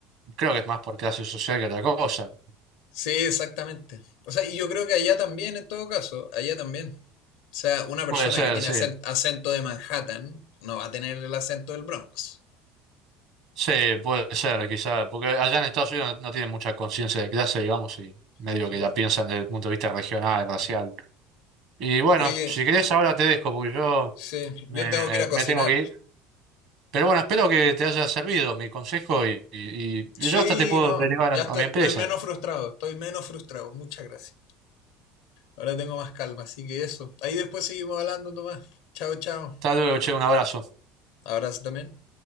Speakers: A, on the right (about 65°); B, on the left (about 75°).
A: creo que es más por clase social que otra cosa.
B: Sí, exactamente. O sea, y yo creo que allá también, en todo caso, allá también. O sea, una persona
A: Puede ser,
B: que tiene
A: sí.
B: acen- acento de Manhattan no va a tener el acento del Bronx.
A: Sí, puede ser, quizás. Porque allá en Estados Unidos no, no tienen mucha conciencia de clase, digamos, y medio
B: Sí.
A: que la piensan desde el punto de vista regional, racial. Y bueno,
B: Oye,
A: si querés ahora te dejo, porque yo
B: sí,
A: me,
B: yo tengo que ir a
A: me
B: cocinar.
A: tengo que ir. Pero bueno, espero que te haya servido mi consejo y, y- y
B: Sí,
A: yo hasta te puedo
B: no,
A: derivar
B: ya
A: a
B: estoy,
A: a mi empresa.
B: estoy menos frustrado, estoy menos frustrado. Muchas gracias. Ahora tengo más calma, así que eso. Ahí después seguimos hablando, Tomás. Chao, chao.
A: Hasta luego, che, un abrazo.
B: Abrazo también.